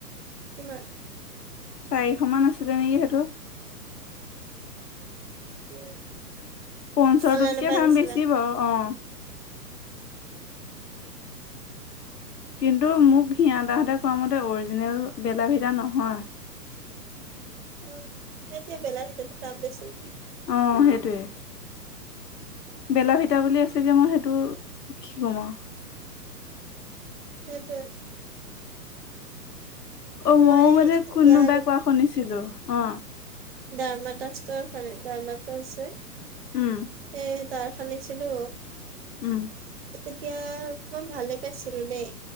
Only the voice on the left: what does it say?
চাৰিশ মান আছিলে নেকি সেইটো।
পঞ্চৰটোতকে
দাম
বেছি বাও অ। কিন্তু মোক ঘিয়াদা হঁতে কোৱা মতে অৰিজিনেল বেলাভিটা নহয়।
অঁ সেইটোৱে। বেলাভিটা বুলি আছে যে মই সেইটো কি কম আও।
অ
মইও মানে কোনোবাই
কোৱা শুনিছিলো অ।
উম
উম।